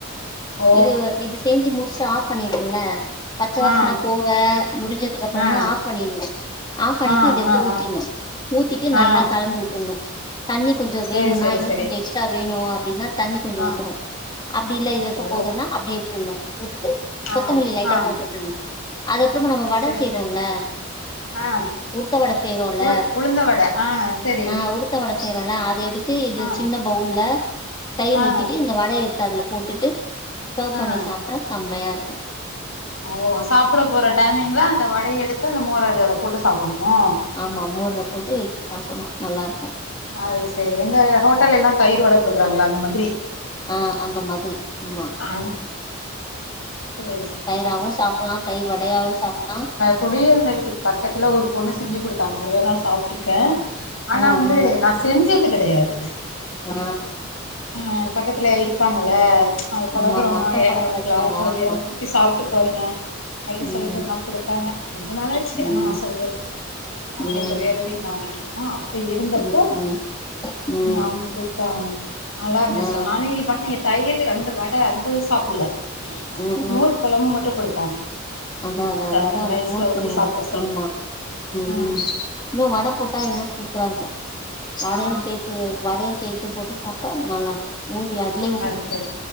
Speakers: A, on the left; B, on the left.
A: ஓ
B: இத இது செஞ்சு முடிச்சு ஆஃப் பண்ணிறோல்ல பச்ச
A: ஆ
B: வாசன போக முடிஞ்சதுக்கு அப்றமா
A: ஆ
B: ஆஃப் பண்ணின்னு ஆஃப் பண்ணிட்டு
A: ஆ
B: இத எடுத்து
A: ஆ
B: ஊத்தின்னு
A: ஆ
B: ஊத்திட்டு நல்லா
A: ஆ
B: கலந்து உட் டுனு தண்ணி கொஞ்சோ
A: சரி
B: வேணுன்னா
A: சரி
B: இன்னோ
A: சரி
B: கொஞ்சோ எக்ஸ்ட்ரா வேணு அப்டின்னா தண்ணி கொஞ்சோ
A: ஆ
B: ஊத்துனோ அப்டி இல்ல இதுவரைக்கு
A: ஓ
B: போதுனா அப்டியே விட்டுன்னு உட்டுட்டு கொத்தமல்லி
A: ஆ
B: லைட்டா
A: ஆ
B: போட்டு விட்டுன்னு அது அப்றோமா நம்ம வட
A: சரி
B: செய்றோல
A: சரி ஆ
B: உளுத்த வட செய்றோல
A: உ உளுந்த வட ஆ சரி
B: அ உடுத்த வட செய்றோல்ல அத எடுத்து இது
A: ஆ
B: சின்ன பவுல்ல தயிர்
A: ஆ
B: ஊத்திட்டு இங் இந்த வட எத்து அதுல போட்டுட்டு சர்வ்
A: ஆ
B: பண்ணி சாப்ட்டா சம்மையா இருக்கு
A: ஓ சாப்ட போற டைமிங்ல அந்த வடய எடுத்து அந்த மோரதுல போட்டு சாப்பண்ணுமோ
B: ஆமா மோர்ல போட்டு வெச்சு சாப்பண்ணு நல்லா இருக்கோ
A: அது செரி இந்த ஹோட்டல்லேலா தயிரு வட குடுக்குறாங்களா அந்த மாதிரி
B: ஆ அந்த மாதிரி ஆமா
A: ஆ சரி சரி
B: தயிராவு
A: சரி
B: சாப்புல்லா தைர் வடையாவு சாப்புல்லாம்
A: குடி இருந்த வீட்டுக்கு பக்கத்துல ஒரு பொண்ணு செஞ்சி குடுத்தாங்க ஒரே ஒரு நாள் சாப் இருக்கே ஆனா
B: ஆ
A: வந்து
B: ஆ
A: நா செஞ்சது கடையாது
B: ஆ
A: ஆ பக்கத்துல இருப்பாங்கள்ல அது பழகுறவங்க
B: ஆமா ஆமா அக்கம் பக்கத்துல
A: அவ இருக்குல
B: இருக்கவங்க
A: அதுய
B: ஆமா
A: ஊத்தி சாப்ட்டு பாருங்க அப்டின்
B: ம்
A: சொல்ட்டு ஒரு நாள் குடுத்தாங்க ரொம்ப நாளாச்சு
B: ம்
A: ஆனா சொல்றது நாங்க
B: ம்
A: இப்ப வேற வீடு மாறிட் ஆ ப இருந்தப்போ
B: ம் ம் ம்
A: அவுங்க குடுத்தாங்க நல்லா இருந்துச்சா
B: ஆ
A: நானு இங்க பண்ண எத் தயிரு அந்த வட அந்த இது சாப்புல்ல
B: ம்
A: மோர் கொழம்பு மட்டு குடுத்தாங்க
B: அத்தா அத்த அத்த
A: ஆ
B: அதா
A: ரைஸ்ல
B: மோர்
A: ஊத்தி
B: கொழம்பு
A: சாப்பிட
B: மட்டு
A: சொல்லி
B: ஆமா ம்
A: ஆ
B: இன்னோ வட போட்டா இன்னு சூப்பரா இருக்கு வடையு
A: ஆ
B: சேத்து வடையு சேத்து போட்டு சாப்ட்டா நல்லா ஊதி அதுலயே ஊறி
A: அது சரி